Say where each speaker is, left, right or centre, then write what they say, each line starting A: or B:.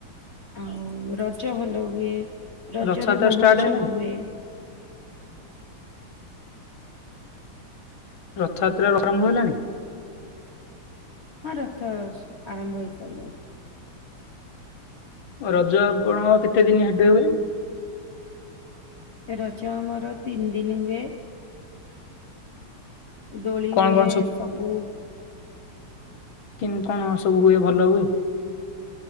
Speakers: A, on the left; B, on the left.
A: ଆଉ ରଜ ଭଲ ହୁଏ, ରଜରେ
B: ରଥଯାତ୍ରା
A: ମହୋତ୍ସବ
B: ଷ୍ଟାର୍ଟ ହେଲାଣି
A: ହୁଏ।
B: ରଥଯାତ୍ରା ଆରମ୍ଭ ହେଲାଣି?
A: ହଁ ରଥ ସ-ଆରମ୍ଭ ହେଇସାରିଲାଣି।
B: ରଜ ଆପଣ କେତେ ଦିନ ହେବେ ହୁଏ?
A: ରଜ ଆମର ତିନି ଦିନ ହୁଏ। ଡୋଳି
B: କଣ
A: ହୁଏ
B: କଣ
A: ସବୁ
B: କି କଣ ସବୁ ହୁଏ ଭଲ ହୁଏ?